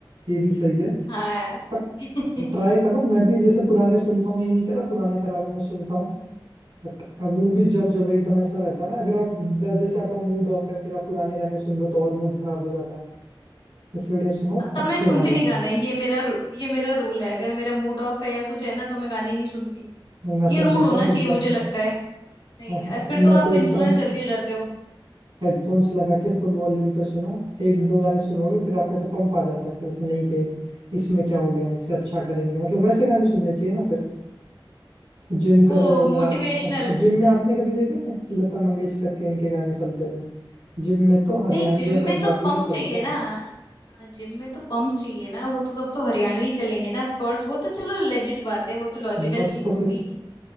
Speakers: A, on the right; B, on the left.
A: ये भी सही है
B: हाँ
A: पर
B: <laughs>
A: ट्राई करो मैं भी जैसे पुराने सुनता हूँ ये नहीं करा पुराने खराबे में सुनता हूँ बट अब वो भी जब जब एकदम ऐसा रहता है ना अगर आप ज- जैसे आपका मूड ऑफ है फिर आप पुराने गाने सुन लो तो और मूड खराब हो जाता है इससे बढ़िया सुनो
B: हाँ,
A: अच्छे
B: तब मैं सुनती
A: गाने
B: नहीं गाने ये मेरा रू- ये मेरा रूल है अगर मेरा मूड ऑफ है या कुछ है ना तो मैं गाने ही नहीं सुनती
A: नहीं मैं
B: ये
A: तो सुनता
B: रूल होना
A: हूँ एकदम
B: चाहिए मुझे लगता है नहीं
A: मैं
B: यार फिर तो आप
A: तो एकदम
B: इन्फ्लुएंस जल्दी हो जाते हो
A: हेडफोन्स लगा के फुल वॉल्यूम पे सुनो एक दो गाने सुनोगे फिर आपको ऐसे पंप आ जाता है फिर ऐसे नहीं कि इसमें क्या हो गया इससे अच्छा करेंगे मतलब वैसे गाने सुनने चाहिए ना फिर जिम कर
B: वो
A: रहे हो अगर
B: मोटिवेशनल
A: आप जिम में आपने कभी देखे हैं लता मंगेशकर के इनके गाने चलते हुए जिम में तो हरियाणवी
B: नहीं जिम
A: या
B: में
A: पंजाबी
B: तो पंप
A: ही चलते
B: चाहिए ना हाँ जिम में तो पंप चाहिए ना वो तो तब तो हरियाणवी चलेंगे ना ऑफ कोर्स वो तो चलो लेजिट बात है वो तो लॉजिकल
A: हैं बस
B: चीज
A: तो
B: हो
A: फिर
B: गई